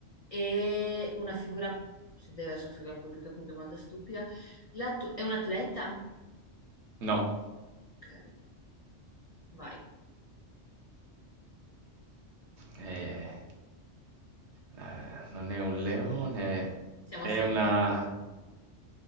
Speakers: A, on the left (about 55°); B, on the right (about 70°).
A: è una figura, se deve essere una figura pubblica, quindi domanda stupida. La tua è un atleta?
B: No.
A: Ok. Vai,
B: Eh. Ehm, non è un leone,
A: siamo
B: è
A: a sette.
B: una